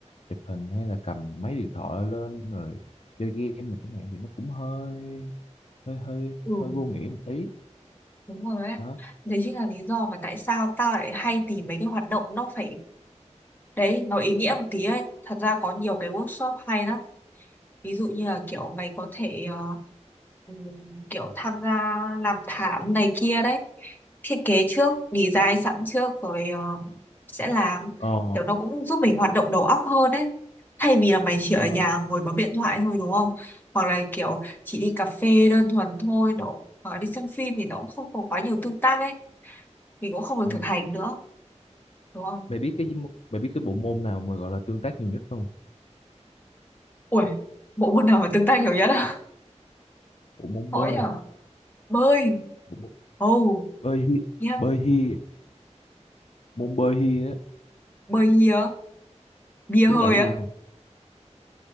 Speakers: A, on the left (about 60°); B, on the left (about 15°).
A: chụp hình hay là cầm máy điện thoại lên rồi chơi game mà chẳng hạn thì nó cũng hơi hơi hơi
B: ừ,
A: hơi vô nghĩa một tí
B: đúng rồi đấy.
A: đó
B: Đấy chính là lý do mà tại sao tao lại hay tìm mấy cái hoạt động nó phải đấy, nó ý nghĩa một tí ấy. Thật ra có nhiều cái workshop hay lắm. ví dụ như là kiểu mày có thể ờ, ừm, kiểu tham gia làm thảm này kia đấy thiết kế trước design sẵn trước rồi ờ, sẽ làm
A: Ờ,
B: kiểu nó cũng giúp mình hoạt động đầu óc hơn đấy thay vì là mày chỉ ở
A: đó,
B: nhà ngồi bấm điện thoại thôi đúng không hoặc là kiểu chỉ đi cà phê đơn thuần thôi nó hoặc là đi xem phim thì nó cũng không có quá nhiều tương tác ấy mình cũng không được
A: đó.
B: thực hành nữa đúng không
A: mày biết cái mày biết cái bộ môn nào mà gọi là tương tác nhiều nhất không?
B: ui bộ môn nào mà tương tác nhiều nhất á
A: bộ
B: <laughs>
A: môn
B: khó
A: bơi
B: nhở bơi
A: bộ môn
B: oh
A: bơi hi
B: yeah
A: bơi hi môn bơi hi á
B: bơi hia bia
A: Biết
B: hơi
A: là cái
B: á
A: gì không?